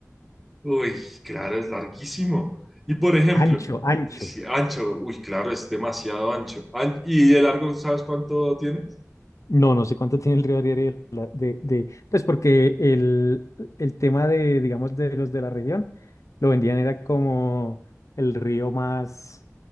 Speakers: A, in the centre; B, on the left.
A: uy, claro, es larguísimo. Y por ejemplo,
B: Ancho, ancho.
A: dice, ancho, uy, claro, es demasiado ancho. An- ¿Y de largo sabes cuánto tienes?
B: No, no sé cuánto tiene el Río Ariel de, la- de, de- pues porque el, el tema de, digamos, de los de la región, lo vendían era como el río más,